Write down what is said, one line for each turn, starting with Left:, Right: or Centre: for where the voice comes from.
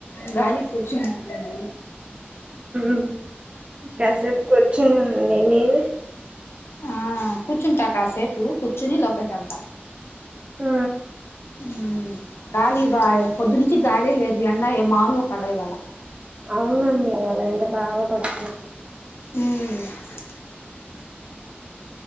Left: గలికి కూర్చున్న మండి
Right: మ్ కాసేపు కూర్చున్ననండి మీరు
Left: ఆ కూర్చుంటా కాసేపు కూర్చుని లోపలీకేళ్తా
Right: ఆ
Left: మ్ గాలి బా పొద్దునుంచి గాలే లేదు ఎండ మాములుగ పళ్ళే ఇవాళ
Right: అవునండి ఇవాళ ఎండ బాగా పడింది
Left: మ్